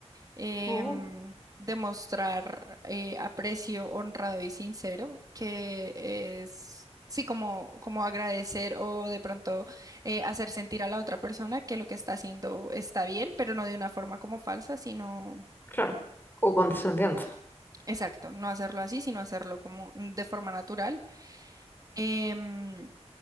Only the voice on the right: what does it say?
Em,
demostrar eh, aprecio honrado y sincero, que es... Sí, como, como agradecer o de pronto eh, hacer sentir a la otra persona que lo que está haciendo está bien, pero no de una forma como falsa, sino
Exacto, no hacerlo así, sino hacerlo como de forma natural. Em,